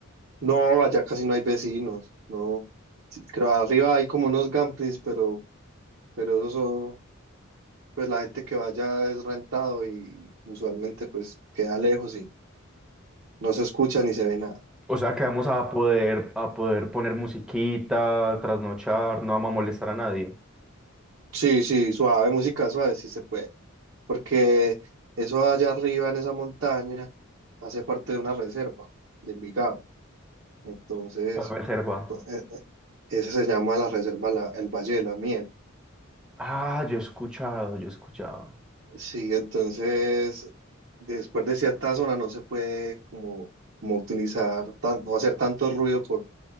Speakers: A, on the right; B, in the centre.
A: No, allá casi no hay vecinos. No. Sí, creo arriba hay como unos gamplings, pero, pero eso son- pues la gente que vaya es rentado y usualmente pues queda lejos y no se escucha ni se ve nada.
B: O sea que vamos a poder, a poder poner musiquita, trasnochar, no vamos a molestar a nadie.
A: Sí, sí, suave, música suave, sí se puede. porque eso allá arriba en esa montaña hace parte de una reserva de Envigado. Entonces,
B: ¿Cuál reserva?
A: ento- eh, eh, ese se llama la reserva la- el Valle de la Miel.
B: Ah, yo he escuchado, yo he escuchado.
A: Sí, entonces, después de cierta zona no se puede como, como utilizar, tan, no hacer tanto ruido por,